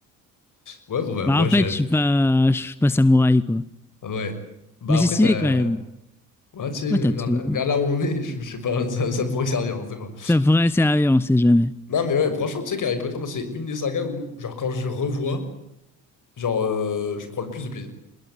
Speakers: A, on the left; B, in the centre.
A: Ouais, bon bah
B: Bah,
A: moi
B: en fait,
A: j'ai
B: je suis pas, je suis pas samouraï, quoi.
A: ouais. Bah
B: Mais
A: après
B: c'est stylé
A: t'as
B: quand même.
A: ouais tu sais vers
B: Ouais, t'as tout.
A: là, vers là où on est, <laughs> je, je sais pas ça, ça pourrait servir, on sait pas.
B: C'est vrai, c'est sérieux, on sait jamais.
A: Non mais ouais, franchement tu sais qu'Harry Potter moi c'est une des sagas où genre quand je revois, genre euh, je prends le plus de plaisir.